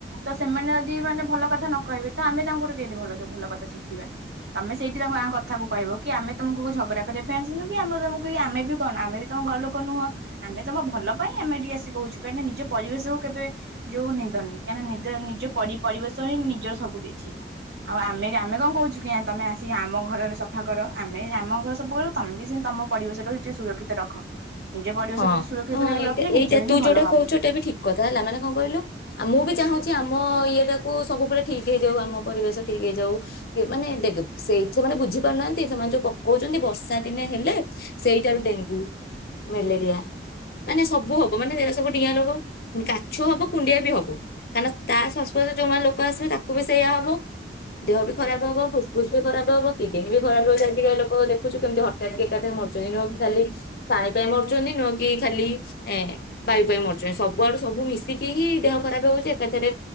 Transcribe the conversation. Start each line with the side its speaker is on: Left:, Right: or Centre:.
Right: ତସେମାନେ ଯଦି ମାନେ ଭଲ କଥା ନକହିବେ ତଆମେ ତାଙ୍କଠୁ କେମତି ଭଲସେ ଭଲ କଥା ଶିଖିବା। ତମେ ସେଇଠି ତାଙ୍କ ଆଁ କଥାକୁ କହିବକି ଆମେ ତମକୁ ଝଗଡ଼ା କରିବା ପାଇଁ ଆସିନୁକି ଆମେ ତମକୁ ଆମେବି କଣ ଆମେବି ତମ ଘର ଲୋକ କନୁହଁ ଆମେ ତମ ଭଲ ପାଇଁ ଆମେ ଏଠିକି ଆସି କହୁଚୁ କାହିଁକିନା ନିଜ ପରିବେଶକୁ କେବେ ଯୋଉ ନିନ୍ଦନି। କାହିଁକିନା ନିଦ ନିଜ ପରି ପରିବେଶହିଁ ନିଜର ସବୁ କିଛି ଆଉ ଆମେ ଆମେ କଣ କହୁଚୁକି ଆ ତମେ ଆସିିକି ଆମ ଘରର ସଫା କର ଆମେ ଆମ ଘର ସଫା କରିବ ତମେବି ସେମିତି ତମ ପରିବେଶ ଟାକୁ ଟିକେ ସୁରକ୍ଷିତ ରଖ। ନିଜ ପରିବେଶକୁ
Left: ହଁ
Right: ସୁରକ୍ଷିତ
Left: ହଁ ଅଁ ଏଇଟା
Right: ରଖିଲେ ନିଜର
Left: ଏଇଟା
Right: ହିଁ
Left: ତୁଯୋଉଟା
Right: ଭଲ ହବ।
Left: କହୁଚୁ ଏଇଟାବି ଠିକ୍ କଥା ହେଲା ମାନେ କଣ କହିଲୁ ଆଉ ମୁବି ଚାହୁଁଛି ଆମ ଇଏ ଟାକୁ ସବୁବେଳେ ଠିକ୍ ହେଇଯାଉ ଆମ ପରିବେଶ ଠିକ୍ ହେଇଯାଉ କିଏ ମାନେ ଦେଖେ ସେଇତ ସେମାନେ ବୁଝି ପାରୁନାହାନ୍ତି ସେମାନେ ଯୋଉ ପକଉଚନ୍ତି ବର୍ଷା ଦିନେ ହେଲେ ସେଇଟାରୁ ଡେଙ୍ଗୁ, ମେଲେରିଆ ମାନେ ସବୁ ହବ ମାନେ ଏରା ସବୁ ଡିଆଁ ରୋଗ। କାଛୁ ହବ କୁଣ୍ଡିଆବି ହବ କାରଣ ତାସଶପଶରେ ଯୋଉମାନେ ଲୋକ ଆସିବେ ତାକୁବି ସେଇଆ ହବ। ଦେହବି ଖରାପ୍ ହବ ଫୁସ୍ ବି ଖରାପ୍ ହବ କିଡିନିବି ଖରାପ୍ ହବ ଆଜିକାଲି ଲୋକ ଦେଖୁଚୁ କେମିତି ହଠାତ୍କି ଏକାଥରେ ମରୁଚନ୍ତି ନହେଲେ ତଖାଲି ମରୁଚନ୍ତି ନୁହକି ଖାଲି ଏ ବାୟୁ ପାଇଁ ମାରୁଚନ୍ତି ସବୁଆଡ଼ୁ ସବୁ ମିଶିକି ହିଁ ଦେହ ଖରାପ୍ ହୋଉଚି ଏକାଥରେ